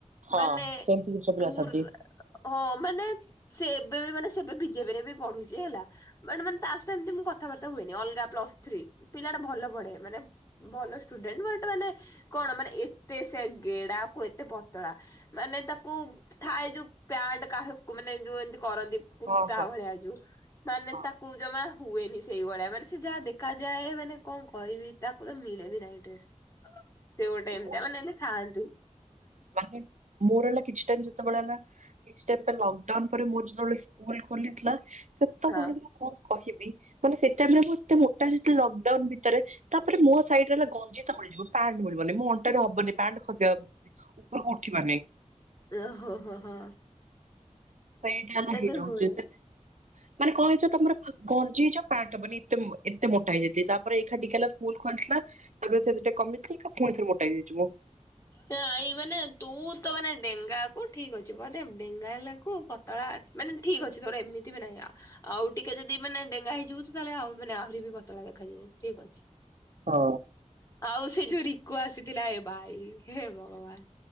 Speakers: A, on the right; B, on the left.
A: ହଁ
B: ମାନେ
A: ସେମିତି କିଛି ପିଲା
B: ପୁରା
A: ଥାନ୍ତି।
B: ହଁ ମାନେ ସେ ଏବେ ବି ମାନେ ସେ ବି - ବିଜେପି ରେ ବି ପଢୁଛି। ଚି ହେଲା ମାନେ ମାନେ ତା ସହିତ ଏମତି ମୁଁ କଥାବାର୍ତ୍ତା ହୁଏନି ଅଲଗା ପ୍ଲସ ଥ୍ରୀ ପିଲାଟା ଭଲ ପଢେ ମାନେ ଭଲ ଷ୍ଟୁଡେଣ୍ଟ ବଟ୍ ମାନେ କଣ ମାନେ ଏତେ ସେ ଗେଡାକୁ ଏତେ ପତଳା ମାନେ ତାକୁ ଥାଏ ଯୋଉ ପ୍ୟାଟ୍ କାହାକୁ ମାନେ ଯୋଉ ଏମତି କରନ୍ତି କୁର୍ତ୍ତା
A: ହଁ ହଁ
B: ଭଳିଆ ଯୋଉ ମାନେ
A: ହଁ
B: ତା କୁ ଜମା ହୁଏନି ସେଇଭଳିଆ ମାନେ ସେ ଯାହା ଦେଖାଯାଏ ମାନେ କଣ କହିବି ତାକୁ ତ ମିଳେ ବିି ନାଇଁ ଡ୍ରେସ୍ ସେ ଗୋଟେ ଏମତିଆ
A: ମୁଁ
B: ମାନେ ଏମତି ଥାନ୍ତି।
A: ମାନେ ମୋର ହେଲା କିଛି ଟାଇମ୍ ଯେତେବେଳେ ହେଲା କିଛି ଟାଇମ୍ ପରେ ଲକଡାଉନ ପରେ ମୋର ଯେତେବେଳେ ସ୍କୁଲ ଖୋଲିଥିଲା ସେତେବେଳେ
B: ହଁ
A: ମୁଁ କ କହିବି ମାନେ ସେଟାଇମ୍ ରେ ମୁଁ ଏତେ ମୋଟା ହେଇଥିଲି ଲକଡାଉନ୍ ଭିତରେ ତାପରେ ମୋ ସାଇଡରେ ହେଲା ଗଞ୍ଜିି ତ ମିଳିଯିବ ପ୍ୟାଣ୍ଟ ମିଳିବନି ମୁଁ ଅଣ୍ଟାରେ ହବନି ପ୍ୟାଣ୍ଟ ଖସିବା ଉପରକୁ ଉଠିବ ନି।
B: ଓ ହୋ ହୋ ହଁ।
A: ସେଇଟା ହେଲା
B: ଏମିତି
A: ହୋରୋ
B: ହୁଏ।
A: ତ ସେ ମାନେ କଣ ହେଇଛ ତମର ଗଞ୍ଜି ହେଇଯିବ ପ୍ୟାଣ୍ଟ ହବନି ଏତେ ମୋ <unintelligible> ଏତେ ମୋଟା ହେଇ ଯାଇଥିଲି ତା ପରେ ଏକାଠିକା ସ୍କୁଲ ଖୋଲି ତାପରେ ସେ ଯୋଉ ଟିକେ କମି ଥିଲି ଏଇଁଖା ପୁଣିଥରେ ମୋଟା ହେଇଯାଇଛି ମୁଁ।
B: ନା ମାନେ ତୁ ତ ମାନେ ଡେଙ୍ଗା କୁ ଠିକ୍ ଅଛି ବଧେ ଡେଙ୍ଗା ହେଲାକୁ ପ ତ ମାନେ ଠିକ୍ ଅଛି ତର ଏମିତି ବି ନାହିଁ ଆଉ ଆଉ ଟିକେ ଯଦି ମାନେ ଡେଙ୍ଗା ହେଇଯିବୁ ତୁ ତାହେଲେ ଆଉ ମାନେ ଆହୁରି ଆହୁରି ବି ପତଳା ଦେଖାଯିବୁ ଠିକ୍ ଅଛି।
A: ହ।
B: ଆଉ ସେ ଯୋଉ ରିକୁୁ ଆସିଥିଲା ଏ ଭାଇ ହେ ଭଗବାନ୍